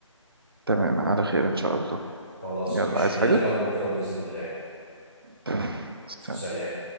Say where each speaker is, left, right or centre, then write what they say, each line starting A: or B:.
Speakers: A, on the right (about 45°); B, on the right (about 20°).
A: تمام على خير ان شاء الله
B: خلاص
A: يلا
B: مش
A: عايز
B: هكلمك
A: حاجة
B: بكره باذن الله
A: تمام سلام.
B: سلام